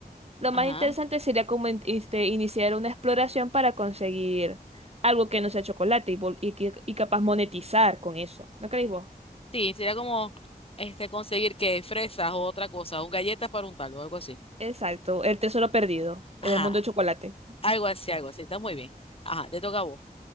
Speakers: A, on the right (about 40°); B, on the left (about 35°).
A: Lo
B: Ajá.
A: más interesante sería como in- este, iniciar una exploración para conseguir algo que no sea chocolate y, vol- y que- y capaz monetizar con eso. ¿No creéis vos?
B: Sí, sería como este, conseguir que fresas o otra cosa, o galletas para untarlo, algo así.
A: Exacto, el tesoro perdido
B: Ajá.
A: en el mundo de chocolate.
B: Algo así, algo así. Está muy bien. Ajá, te toca a vos.